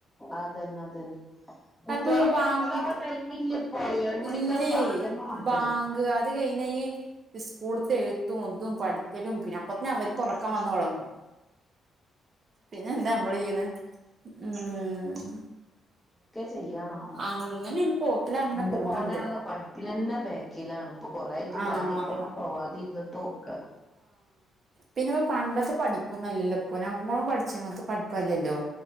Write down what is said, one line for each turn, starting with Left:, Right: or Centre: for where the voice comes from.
Centre: അതന്നെ അതന്നെ കുട്ടികളെ
Right: ആനപ്പൊ ബാങ്ക്
Centre: പഠിപ്പിക്കാനുള്ള ടൈമില്ല ഇപ്പൊ ഏഴ് മണിക്കാണ്
Right: ഇല്ലേ
Centre: ബാങ്കന്നെ കൊടുക്കണത്
Right: ബാങ്ക് അത് കഴിഞ്ഞാ ഈ ഈ സ്കൂളത്തെ എഴുത്തും ഇതും പഠിക്കലും പിന്നെ അപ്പത്തന്നെ അവർക്ക് ഒറക്കം വന്നുതൊടങ്ങും പിന്നെ എന്താ നമ്മള് ചെയ്യണ് ഉം
Centre: ചെയ്യാണോ
Right: അങ്ങനെ ഒരു പോക്കില് അങ്ങനെ
Centre: എന്റെ
Right: പോണണ്ട്
Centre: മോനാണ് പഠിക്കലന്നെ ബേ ക്കിലാണ്. ഇപ്പൊ കൊറേ ആയിട്ട്
Right: ആഹ്
Centre: പനിയൊക്കെ ആയിട്ട് പോവാതിരുന്നിട്ടൊക്കെ
Right: പിന്നയിപ്പ പണ്ടത്തെ പഠിപ്പൊന്നല്ലല്ലോ ഇപ്പൊ ഞമ്മളും പഠിച്ചോണത്തെ പഠിപ്പല്ലല്ലോ